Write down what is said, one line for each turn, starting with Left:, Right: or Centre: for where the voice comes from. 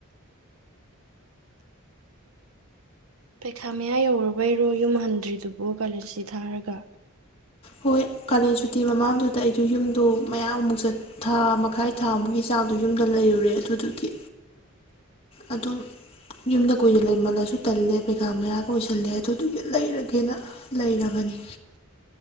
Right: ꯄꯩꯈꯥ ꯃꯌꯥ ꯌꯧꯨꯔꯕꯩꯔꯣ ꯌꯨꯝ ꯍꯟꯗ꯭ꯔꯤꯗꯨꯕꯣ ꯀꯥꯂꯦꯟꯁꯤ ꯊꯥꯔꯒ
Left: ꯍꯣꯏ ꯀꯥꯂꯦꯟ ꯁꯨꯇꯤ ꯃꯃꯥꯡꯗꯨꯗ ꯑꯩꯗꯣ ꯌꯨꯝꯗꯣ ꯃꯌꯥꯃꯨꯛꯠ ꯊꯥ ꯃꯈꯥꯏ ꯊꯥꯃꯨꯛꯀꯤ ꯆꯥꯡꯗꯣ ꯌꯨꯝꯗ ꯂꯩꯔꯨꯔꯦ ꯑꯗꯨꯗꯨꯒꯤ ꯑꯗꯨꯝ ꯌꯨꯝꯗ ꯀꯨ ꯂꯩꯃꯜꯂꯁꯨ ꯇꯜꯂꯦ ꯄꯩꯈꯥ ꯃꯌꯥ ꯀ ꯑꯣꯏꯁꯜꯂꯦ ꯑꯗꯨꯗꯨꯒꯤ ꯂꯩꯔꯒꯦꯅ ꯂꯩꯔꯕꯅꯤ